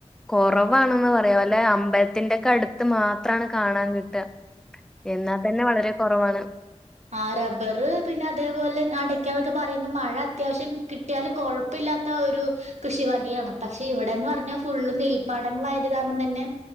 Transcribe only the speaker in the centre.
കൊറവാണ്ന്ന് പറയാ വല്ലെ അമ്പൽത്തിന്റെക്കെ അടുത്ത് മാത്രാണ് കാണാൻ കിട്ടാ എന്നാൽ തന്നെ വളരെ കുറവാണ്.